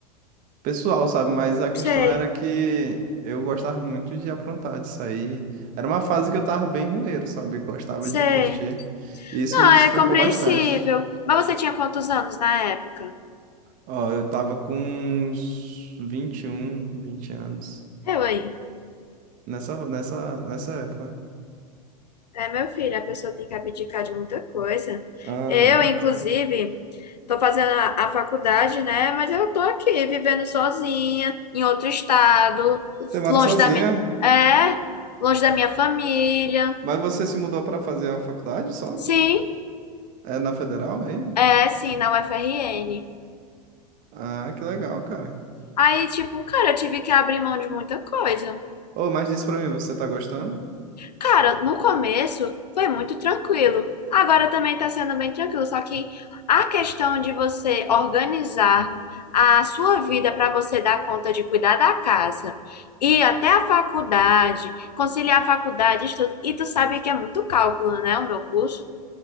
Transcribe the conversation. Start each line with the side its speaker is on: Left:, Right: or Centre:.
Right: pessoal, sabe? Mas a
Left: Sei,
Right: questão era que eu gostava muito de aprontar, de sair. Era uma fase que eu tava bem rueiro, sabe? Gostava
Left: sei.
Right: de curtir. E isso
Left: Não,
Right: me desfocou
Left: é compreensível.
Right: bastante.
Left: Mas você tinha quantos anos na época?
Right: Ó, eu tava com uns 21, 20 anos.
Left: Eu aí.
Right: Nessa, nessa, nessa época.
Left: É, meu filho, a pessoa tem que abdicar de muita coisa.
Right: Aham.
Left: Eu, inclusive, estou fazendo a, a faculdade, né? Mas eu tô aqui vivendo sozinha, em outro estado,
Right: Você mora
Left: longe
Right: sozinha,
Left: da minha, é, longe da minha família.
Right: mas você se mudou pra fazer a faculdade só?
Left: Sim,
Right: É na Federal, é aí?
Left: é, sim, na UFRN.
Right: Ah, que legal, cara.
Left: Aí, tipo, cara, eu tive que abrir mão de muita coisa.
Right: Ô, mas diz pra mim, você tá gostando?
Left: Cara, no começo foi muito tranquilo. Agora também tá sendo bem tranquilo. Só que a questão de você organizar a sua vida para você dar conta de cuidar da casa, ir até a faculdade, conciliar a faculdade, estudo, e tu sabe que é muito cálculo, né? O meu curso.